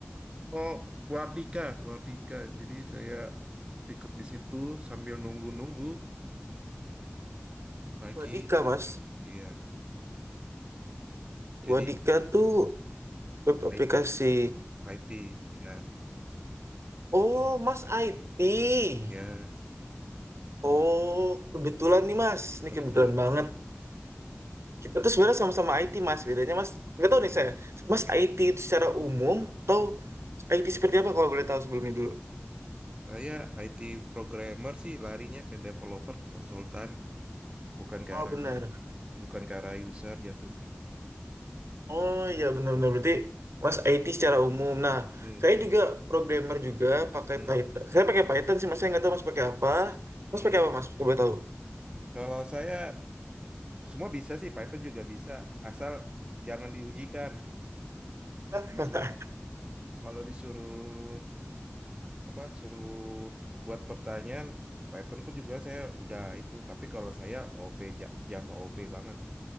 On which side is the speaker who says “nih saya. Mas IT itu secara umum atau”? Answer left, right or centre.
Right